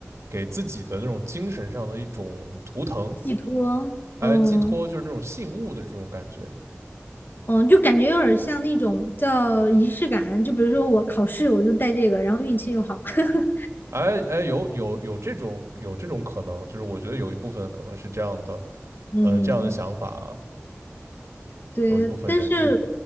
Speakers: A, on the right; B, on the left.
A: 给自己的那种精神上的一种图腾，
B: 寄托，
A: 哎，
B: 嗯
A: 寄托就是那种信物的这种感觉。
B: 嗯，就感觉有点像那种叫仪式感，就比如说我考试我就带这个，然后运气又好，<laughs>
A: 哎哎，有有有这种有这种可能，就是我觉得有一部分可能是这样的，
B: 嗯。
A: 呃，这样的想法啊，
B: 对，
A: 有一部分人，
B: 但是
A: 嗯。